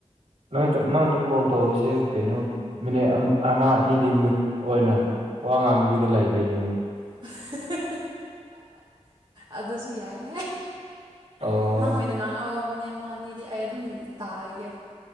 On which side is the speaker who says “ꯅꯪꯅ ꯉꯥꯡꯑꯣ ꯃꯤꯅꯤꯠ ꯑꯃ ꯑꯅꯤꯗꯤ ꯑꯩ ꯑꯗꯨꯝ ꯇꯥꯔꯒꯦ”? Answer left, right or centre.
Right